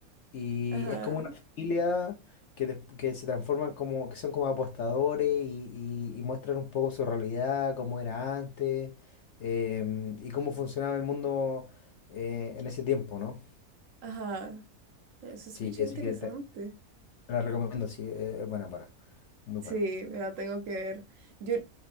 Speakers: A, on the left; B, on the right.
A: y
B: Ajá,
A: es como una familia que, des- que se transforman como, que son como apostadores y, y- y muestran un poco su realidad, cómo era antes, em, y cómo funcionaba el mundo eh, en ese tiempo, ¿no?
B: ajá. Eh, Se escucha
A: Sí, así
B: interesante.
A: que te, te la recomiendo, sí, eh, es buena, buena, muy
B: Sí,
A: buena.
B: me la tengo que ver. Yo,